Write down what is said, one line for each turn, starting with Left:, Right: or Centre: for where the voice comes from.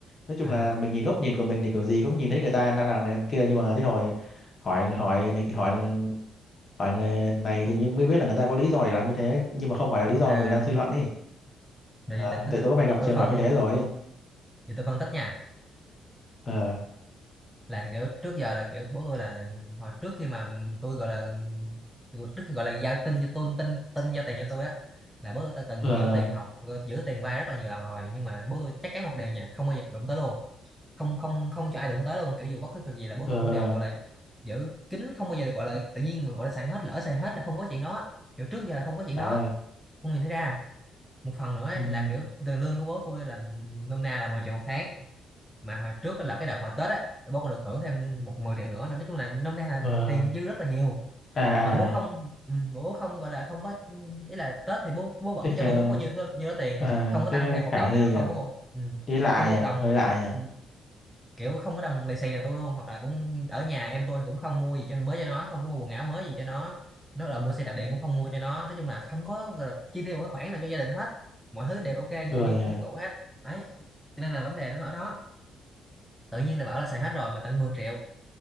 Left: nói chung
Centre: ờ,
Left: là mình nhìn góc nhìn của mình thì kiểu gì cũng nhìn thấy người ta đang làm này làm kia nhưng mà đến hồi hỏi hỏi này hỏi hỏi người này thì mới mới biết là người ta có lý do để làm như thế nhưng mà không phải là lý
Centre: ok
Left: do mình đang suy luận đi
Centre: rồi
Left: Ờ,
Centre: giờ tôi,
Left: tại
Centre: tôi,
Left: tôi cũng hay gặp
Centre: tôi
Left: trường
Centre: phân
Left: hợp như thế rồi
Centre: giờ tôi phân tích nha
Left: ờ
Centre: là kiểu trước giờ là kiểu bố tôi là hồi trước khi mà tôi gọi là trước khi gọi là giao tin cho tôi tin tin giao tiền cho tôi á là bố tôi đã từng
Left: ờ
Centre: giữ tiền học giữ tiền vay rất là nhiều lần rồi nhưng mà bố tôi chắc chắn một điều nha không bao giờ đụng tới luôn không không không cho ai đụng tới luôn kiểu dù bất cứ việc gì là bố
Left: ờ
Centre: tôi cũng
Left: ờ
Centre: đều gọi là giữ kín không bao giờ gọi là tự nhiên mà gọi là xài hết lỡ xài hết là không có chuyện đó kiểu trước giờ là không có chuyện
Left: Trời
Centre: đó
Left: ơi
Centre: không nhìn thấy ra một phần nữa ấy,
Left: Ừm,
Centre: là kiểu tiền lương của bố tôi là nôm na là 10 triệu một tháng mà hồi trước á là cái đợt mà Tết á bố còn được thưởng thêm một 10 triệu nữa là nói chung là năm nay là
Left: ờ
Centre: tiền dư rất là nhiều
Left: à à,
Centre: mà bố không ừ, bố không gọi là không có ừ, ý là Tết thì bố bố
Left: à.
Centre: vẫn
Left: thế khả
Centre: cho tôi đúng bao nhiêu số- nhiêu đó tiền
Left: à
Centre: không có tăng
Left: thế
Centre: thêm một
Left: khả
Centre: đồng
Left: nghi
Centre: nào không
Left: à
Centre: có một ừ,
Left: thế lạ
Centre: không có
Left: nhỉ
Centre: một đồng
Left: hơi lạ nhỉ
Centre: ừ, kiểu không có đồng lì xì nào tôi luôn hoặc là cũng ở nhà em tôi thì cũng không mua gì cho mới cho nó không có mua quần áo mới gì cho nó nó là mua xe đạp điện
Left: ừ
Centre: cũng không mua cho nó nói chung là không có gọi là chi tiêu một cái khoản nào cho gia đình hết mọi thứ đều ok đều
Left: Ừ
Centre: như
Left: nhỉ
Centre: như cũ hết đấy cho nên là vấn đề nó mới ở đó tự nhiên là bảo là xài hết rồi mà tận mười triệu